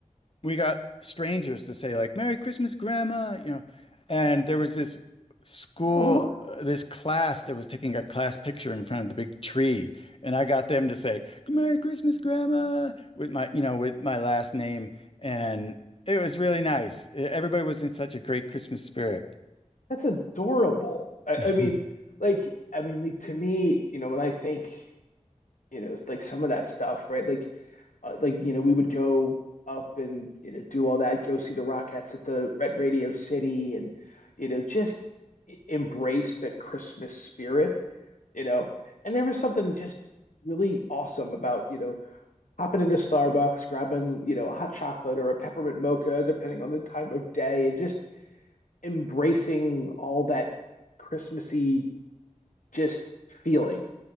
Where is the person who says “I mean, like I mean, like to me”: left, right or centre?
Left